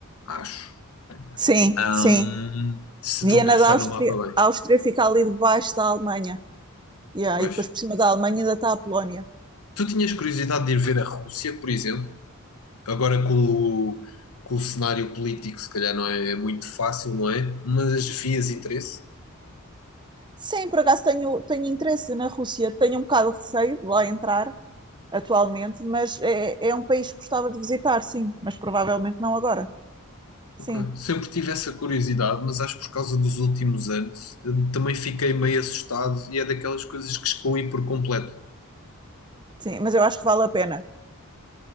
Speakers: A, on the left; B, on the right.
A: acho.
B: Sim,
A: Hum,
B: sim.
A: se
B: Viena
A: estou a pensar
B: da Áustria,
A: no mapa bem.
B: a Áustria fica ali debaixo da Alemanha. Yeah.
A: Pois.
B: E depois por cima da Alemanha ainda está a Polónia.
A: Tu tinhas curiosidade de ir ver a Rússia, por exemplo? Agora com o, com o cenário político, se calhar não é, é muito fácil, não é? Mas vias interesse.
B: Sim, por acaso tenho, tenho interesse na Rússia. Tenho um bocado de receio de lá entrar atualmente, mas é, é um país que gostava de visitar, sim. Mas provavelmente não agora. Sim,
A: Ok. Sempre tive essa curiosidade, mas acho que por causa dos últimos anos eh, também fiquei meio assustado e é daquelas coisas que excluí por completo.
B: sim. Mas eu acho que vale a pena.